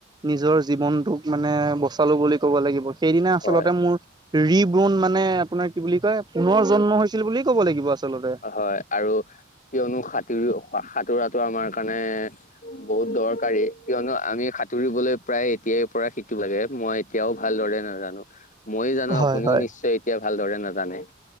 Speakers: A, on the right; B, on the left.
A: নিজৰ জীৱনটোক মানে বচালো বুলি ক'ব লাগিব। সেইদিনা আচলতে
B: হয়
A: মোৰ ৰিবন মানে আপোনাৰ কি বুলি কয় পুনৰ জন্ম হৈছিল বুলি ক'ব লাগিব আচলতে।
B: হয় আৰু কিয়নো সাতৰি সাঁতোৰাটো আমাৰ কাৰণে বহুত দৰকাৰী, কিয়নো আমি সাঁতুৰিবলৈ প্ৰায় এতিয়াই পৰা শিকো লাগে। মই এতিয়াও ভালদৰে নাজানো। ময়ো জানো
A: হয়
B: আপুনিও
A: হয়।
B: নিশ্চয় এতিয়া ভালদৰে নাজানে।